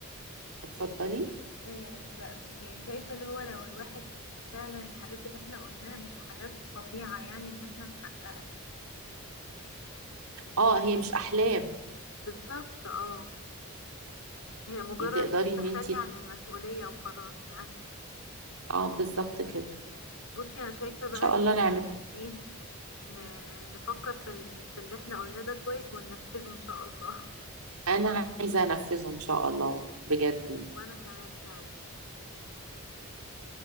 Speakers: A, on the right; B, on the left.
A: اتفضلي
B: آه ب- يعني شايفه اللي هو لو الواحد فعلا الحاجات اللي احنا قلناها مش حاجات فظيعه يعني ان احنا نحققها
A: اه هي مش احلام
B: بالظبط اه هي مجرد
A: يعني تقدري ان
B: تخلي
A: انت
B: عن المسؤولية وخلاص يعني
A: اه بالظبط كده
B: بصي أنا شايفة بقى
A: ان شاء
B: إن
A: الله
B: احنا
A: نعمل
B: لازم إيه ن- نفكر في ال... في اللي احنا قلناه ده كويس وننفذه إن شاء الله
A: انا عايزة انفذه ان شاء الله بجد
B: <laughs>
A: يعني
B: وأنا كمان فعلا